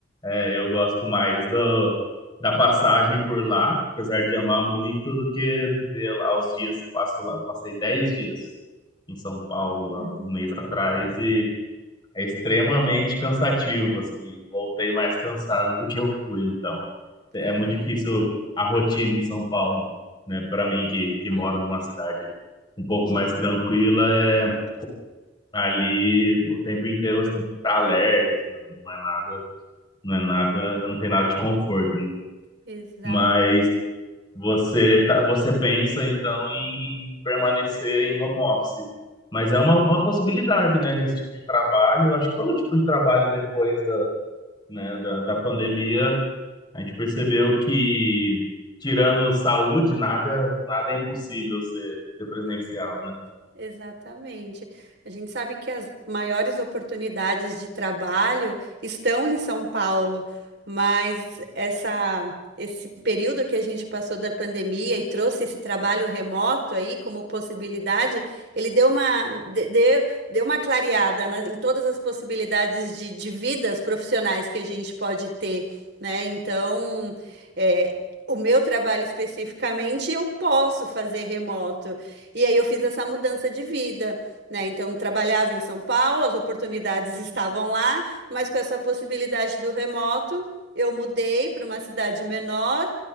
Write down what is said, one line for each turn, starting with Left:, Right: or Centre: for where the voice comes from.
Left: É, eu gosto mais do, da passagem por lá, apesar de amar muito, do que viver lá os dias que passo lá. Passei 10 dias em São Paulo há
Right: Uhum.
Left: um mês atrás e é extremamente cansativo, assim, eu voltei mais cansado do que eu fui, então é
Right: Pois
Left: muito difícil
Right: é,
Left: a rotina em São Paulo, né? Para mim
Right: exato.
Left: que que moro numa cidade um pouco mais tranquila, é ali o tempo inteiro você tem que estar alerta, assim, não não é nada não é nada, não tem nada de conforto, né?
Right: exato.
Left: Mas você tá, você pensa então em, em permanecer em home office. Mas é uma, uma possibilidade, né, nesse tipo de trabalho. Eu acho que todo tipo de trabalho depois da, né, da, da pandemia, a gente percebeu que, tirando saúde, nada, nada é impossível ser, ser presencial,
Right: Exato,
Left: né?
Right: exatamente. A gente sabe que as maiores oportunidades de trabalho estão em São Paulo, mas essa, esse período que a gente passou da pandemia e trouxe esse trabalho remoto aí como possibilidade, ele deu uma, de- deu, deu uma clareada na- em todas as possibilidades de, de vidas profissionais que a gente pode ter, né? Então, é, O meu trabalho especificamente eu posso fazer remoto. E aí eu fiz essa mudança de vida, né? Então trabalhava em São Paulo, as oportunidades estavam lá, mas com essa possibilidade do remoto, eu mudei para uma cidade menor